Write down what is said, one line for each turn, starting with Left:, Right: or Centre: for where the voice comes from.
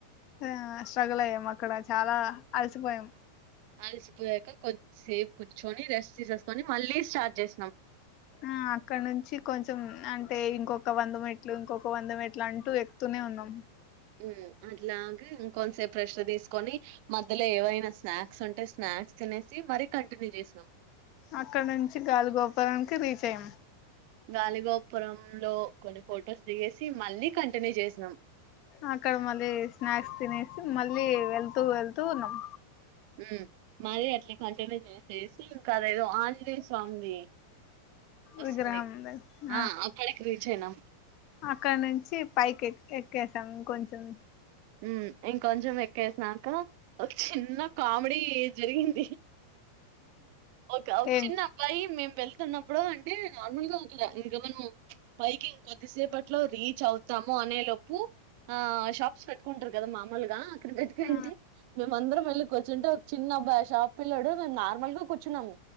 Left: ఆ స్ట్రగుల్ అయ్యాం. అక్కడ చాలా అల్సిపోయాం.
Right: అలసిపోయాక కొద్సేపు కూర్చుొని రెస్ట్ తీసేసుకొని మళ్ళీ స్టార్ట్ చేస్నాం. <inaudible>
Left: ఆ అక్కడ నుంచి కొంచెం అంటే. ఇంకొక వంద మెట్లు, ఇంకొక వంద మెట్లు అంటూ ఎక్కుతూనే ఉన్నాం.
Right: ఉమ్ అట్లాగే ఇంకొంచ్సేపు రెస్ట్ తీసుకొని, మధ్యలో ఏవైనా స్నాక్స్ ఉంటే స్నాక్ క్స్ తినేసి మరీ కంటిన్యూ చేస్నాం.
Left: ఆక్కనుంచి గాలిగోపురానికి రీచ్ అయ్యాం.
Right: గాలిగోపురం లో కొన్ని ఫొటోస్ దిగేసి, మళ్ళీ కంటిన్యూ చేస్నాం.
Left: అక్కడ మళ్ళీ స్నాక్స్ తినేసి, మళ్ళీ వెళ్తూ వెళ్తూ ఉన్నాం.
Right: ఉమ్ మరి అట్లే కంటిన్యూ చేసేసి, ఇంకా అదేదో ఆంజనేయ్ స్వామ్ది. వస్తుంది.
Left: విగ్రహం దగ్గర.
Right: ఆ అక్కడక్ రీచ్ అయినాం.
Left: అక్కడ నుంచి పైకి ఎక్ ఎక్కేసాం. ఇం కొంచెం
Right: ఉమ్ ఇంకొంచెం ఎక్కేస్నాక, ఒక్ చిన్న కామెడీ జరిగింది. ఓక ఓక్
Left: ఏంటి
Right: చిన్న అబ్బాయి మేం వేల్ తున్నప్పుడు అంటే. నార్మల్ గా ఒకడా ఇంక మనం పైకింకొద్దిసేపట్లో రీచ్ అవుతాము. అనే లోపు ఆ షాప్స్ పెట్టుకుంట్రు గదా. మామూల్గా అక్కడ విత్కంటే
Left: ఆ
Right: మేమందరం వెళ్ళి కూర్చుంటే, ఒక్ చిన్నబాయ్ ఆ షాప్ పిల్లోడు నేన్ నార్మల్ గా క్ ర్చ్చునమ్ము